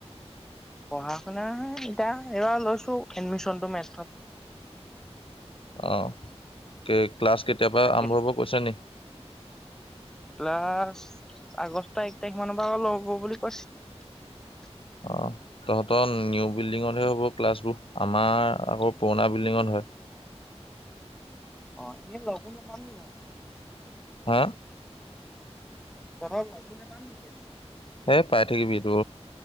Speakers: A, in the centre; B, on the left.
A: পঢ়া শুনা এতিয়া হেয়া লৈছো এডমিছন টো মেছথত
B: অ কেক ক্লাছ কেতিয়া পা
A: তাকে
B: আৰম্ভ হব কৈছে নি
A: ক্লাছ আগষ্ট এক তাৰিখ মানৰ পৰা লব বুলি কৈছে
B: অ তহঁতৰ নিউ বিল্ডিঙতহে হ'ব ক্লাছবোৰ আমাৰ আকৌ পুৰণা বিল্ডিঙত হয়
A: অ এনেই লগো নাপাম নি তহতক
B: হা
A: তহতক লগো নেপাম নেকি আমি
B: হে পাই থাকিবি তো